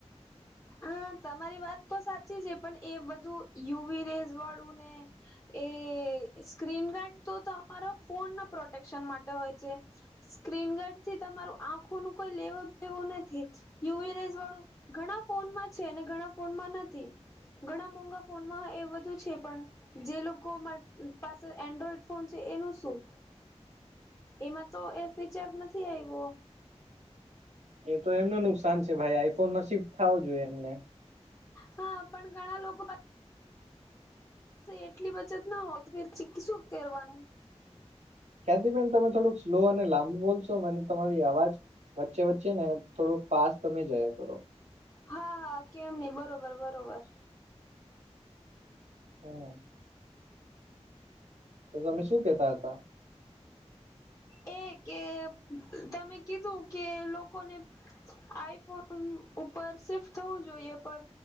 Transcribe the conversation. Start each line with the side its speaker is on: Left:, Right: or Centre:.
Left: હ તમારી વાત તો સાચી છે પણ એ બધું યુવી રેઝ વાળું ને એ સ્ક્રીનગાર્ડ તો તમારા ફોન ના પ્રોટેક્શન માટે હોય છે. સ્ક્રીન ગાર્ડ થી તમારું આંખો નું કોઈ લેવો દેવું નથી. યુવી રેઝ વાળું ઘણા ફોનમાં છે ને ઘણા ફોનમાં નથી. ઘણા મોંઘા ફોનમાં એ બધું છે પણ જે લોકો પાસે એન્ડ્રોઈડ ફોન છે એનું શું એમાં તો એ ફીચર નથી આવ્યું
Right: એ તો એમનું નુકસાન છે ભાઈ આઈફોનમાં શિફ્ટ થાવ જોઈએ એમને
Left: હા પણ ઘણા લોકો તો એટલી બચત ના હોય તો ફે શું કરવાનું
Right: ક્યાદી બેેન તમે થોડુંક સ્લો અને લાંબો બોલશો મને તમારી અવાજ વચ્ચે વચ્ચે ને થોડુંક ફાસ્ટ તમે જયા કરો.
Left: હા હા કેમ નહી બરોબર બરોબર
Right: હમ તો તમે શું કેતા હતા.
Left: એ કે તમે કીધું કે લોકોને આઈફોન ઉપર શિફ્ટ થવું જોઈએ પણ